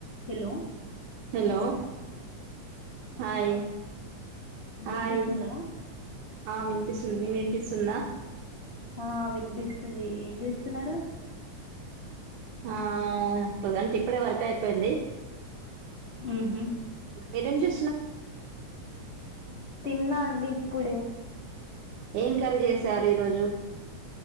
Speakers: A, on the left (about 65°); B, on the right (about 80°).
A: Hello
B: hello hi hi
A: వినిపిస్తుందా
B: ఆ వినిపిస్తుంది మే పిస్తుందా
A: ఆ వినిపిస్తుంది ఏం చేస్తున్నారు
B: ఆ ప్రజెంట్ ఇప్పుడే వర్క్ అయిపోయింది
A: ఉహు
B: మీరేం జే
A: తిన్నా అండి ఇప్పుడే
B: ఏం కర్రీ చెసారు ఈరోజు